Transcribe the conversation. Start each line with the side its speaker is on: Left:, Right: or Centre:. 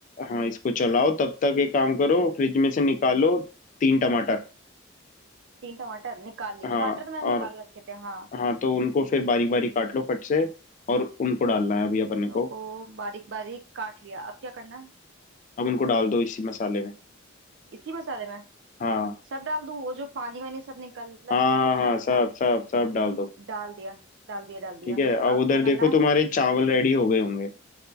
Left: हाँ इसको चलाओ तब तक एक काम करो फ्रिज में से निकालो तीन टमाटर
Right: तीन टमाटर निकाल लिए
Left: हाँ
Right: टमाटर तो मैंने
Left: और
Right: निकाल रखे थे हाँ
Left: हाँ तो उनको फिर बारीक बारीक काट लो फट से और उनको डालना है अभी अपन
Right: तीनों
Left: को
Right: को बारीक बारीक काट लिया अब क्या करना है
Left: अब उनको डाल दो इसी मसाले में
Right: इसी मसाले में
Left: हाँ
Right: सब डाल दूं वो जो पानी वानी सब निकल रहा है
Left: हाँ
Right: सब
Left: हाँ
Right: कुछ
Left: हाँ
Right: ना
Left: हाँ,
Right: एक
Left: सब
Right: साथ
Left: सब सब डाल दो
Right: डाल दिया डाल दिया डाल दिया
Left: ठीक है अब
Right: अब
Left: उधर
Right: क्या
Left: देखो
Right: करना है
Left: तुम्हारे चावल रेडी हो गए होंगे